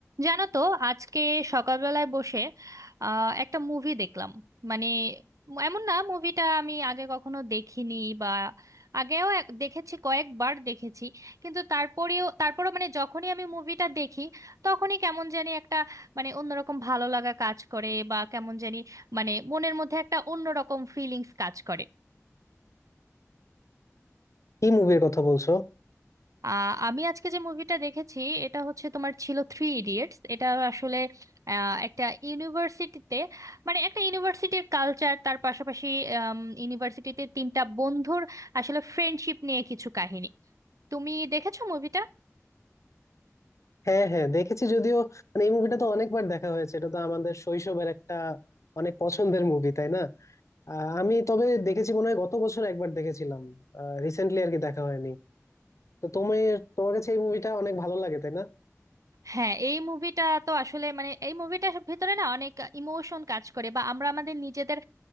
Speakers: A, on the right; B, on the left.
A: জানো তো আজকে সকালবেলায় বসে আহ, একটা মুভি দেখলাম মানে এমন না মুভিটা আমি আগে কখনো দেখিনি বা আগেও এক- দেখেছি কয়েকবার দেখেছি কিন্তু তারপরেও তারপরও মানে যখনই আমি মুভিটা দেখি তখনই কেমন জানি একটা মানে অন্যরকম ভালো লাগা কাজ করে বা কেমন জানি মানে মনের মধ্যে একটা অন্যরকম ফিলিংস কাজ করে
B: কি মুভির কথা বলছো
A: আহ, আমি আজকে যে মুভিটা দেখেছি এটা হচ্ছে তোমার ছিল থ্রি ইডিয়েটস এটা আসলে আহ, একটা ইউনিভার্সিটিতে মানে একটা ইউনিভার্সিটির কালচার তার পাশাপাশি ইউনিভার্সিটিতে তিনটা বন্ধুর আসলে ফ্রেন্ডশিপ নিয়ে কিছু কাহিনী তুমি দেখেছো মুভিটা
B: হ্যাঁ হ্যাঁ দেখেছি যদিও মানে এই মুভিটা তো অনেকবার দেখা হয়েছে এটা তো আমাদের শৈশবের একটা অনেক পছন্দের মুভি তাই না আহ, আমি তবে দেখেছি মনে হয় গত বছর একবার দেখেছিলাম রিসেন্টলি আর কি দেখা হয়নি তো তোমার তোমার কাছে এই মুভিটা অনেক ভালো লাগে তাই না
A: হ্যাঁ এই মুভিটা তো আসলে মানে এই মুভিটার ভেতরে না অনেক ইমোশন কাজ করে বা আমরা আমাদের নিজেদের